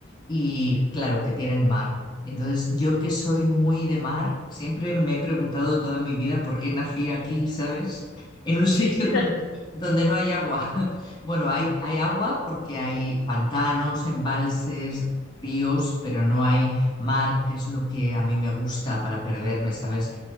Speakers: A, on the left (about 25°); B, on the left (about 85°).
A: y claro, que tienen mar. Entonces, yo que soy muy de mar, siempre me he preguntado toda mi vida por qué nací aquí, ¿sabes? En un sitio
B: Sí, <laughs>
A: Sí.
B: claro.
A: donde, donde no hay agua. <laughs> Bueno, hay, hay agua porque hay pantanos, embalses, ríos, pero no hay mar, que es lo que a mí me gusta para perderme, ¿sabes?